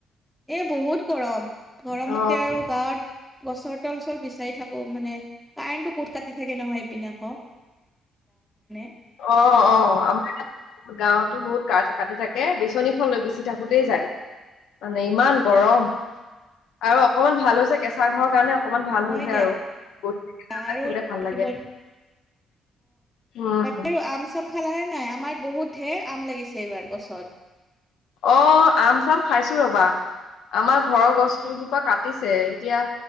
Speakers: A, in the centre; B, on the left.
A: এ বহুত গৰম গৰমতে
B: অ
A: আৰু গাত গছৰ তল চল বিচাৰি থাকো মানে কাৰেণ্টটো কোত কাটি থাকে নহয় এইপিনে আকৌ। <unintelligible>
B: অ অ আমাৰ গাঁওতো বহুত কাঠ কাটি থাকে বিচনীখন লৈ বিছি থাকোতেই যায়। মানে ইমান গৰম আৰু অকমান ভাল হৈছে কেঁচা ঘৰৰ কাৰণে, অকমান ভাল
A: হয়
B: হৈছে
A: দিয়া
B: আৰু গৈ থাকিলে
A: আৰু
B: খোলে ভাল
A: থাকিব
B: লাগে।
A: অ
B: উম
A: বাকী আম চাম খালা নে নাই, আমাৰ বহুত ঢেৰ আম লাগিছে এইবাৰ গছত।
B: অ আম চাম খাইছো ৰবা। আমাৰ ঘৰৰ গছ কেইজোপা কাটিছে এতিয়া,